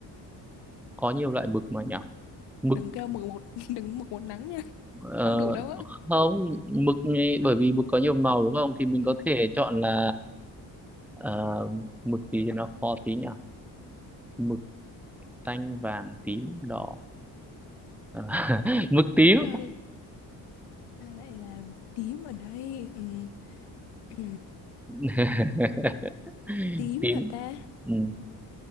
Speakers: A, in the centre; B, on the left (about 75°).
A: có nhiều loại mực mà nhỉ mực
B: đừng kêu mực một <laughs> đừng mực một nắng nha
A: Ờ,
B: không được đâu á
A: không mực ấy, bởi vì mực có nhiều màu đúng không thì mình
B: ừ.
A: có thể chọn là ờ, mực gì thì nó khó tí nhỉ mực xanh vàng tím đỏ Ờ, <laughs> mực tím
B: sao sao lại là tím ở đây ừ. Ừ.
A: <laughs>
B: tím
A: tím
B: hả ta
A: ừ.